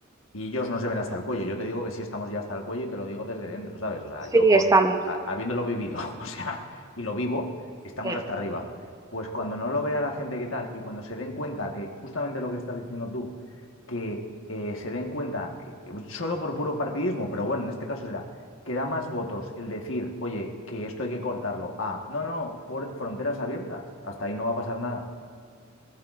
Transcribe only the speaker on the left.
y ellos no se ven hasta el cuello. Yo te digo que sí estamos ya hasta el cuello y te lo digo desde dentro, ¿sabes? O sea, yo
con,
a- habiéndolo vivido, <laughs> o sea, y lo vivo, estamos
hasta arriba. Pues cuando no lo vea la gente que tal y cuando se den cuenta que justamente lo que estás diciendo tú, que eh, se den cuenta, que, solo por puro partidismo, pero bueno, en este caso será, que da más votos el decir, oye, que esto hay que cortarlo, a, no, no, por fronteras abiertas, hasta ahí no va a pasar nada.